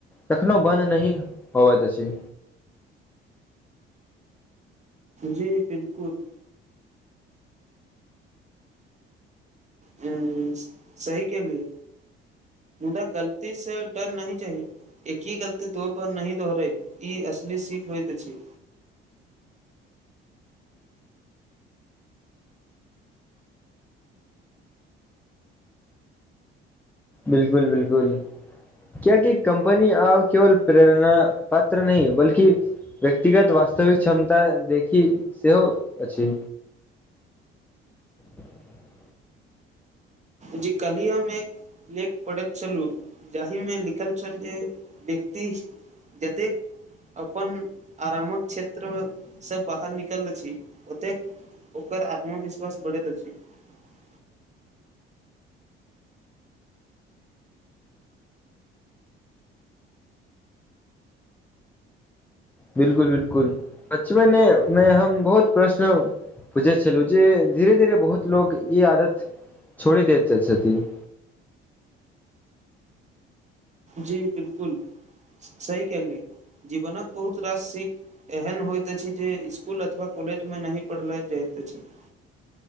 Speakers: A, in the centre; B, on the right (about 25°).
A: कखनो बन्द नहिं होवत अछि।
B: जी, बिलकुल। ह सही केलिए, मुदा गलती से डर नहिं चाही एक ही गलती दोहपर नहिं दोहरैब, ई असली सीख होइत ऐछि।
A: बिलकुल- बिलकुल कियकि कं्पनी आ केवल प्रेरणा पात्र नहि बल्कि व्यक्तिगत वास्तविक क्षमता देखि सेहो अछि। <unintelligible>
B: जे क्हि हम एक लेख पढ़ैत छलहुँ जाहि मे लिखल छल जे व्यक्ति जतेक अपन आरामक क्षेत्रसँ बाहर निकलल अछि ओतेक ओकर आत्मविश्वास बढ़ैत अछि। <unintelligible>
A: बिलकुल- बिलकुल बचपने मे हम बहुत प्रश्न पूछैत छलहुँ जे धीरे धीरे बहुत लोग ई आदत छोड़ि दे छथि। <unintelligible>
B: जी बिलकुल सही कलियै जीवनक बहुत रास सीख एहन होइत अछि जे इसकुल अथवा महाविद्यालय जमे नहि पढ़ल जाइत। <unintelligible> अछि <unintelligible>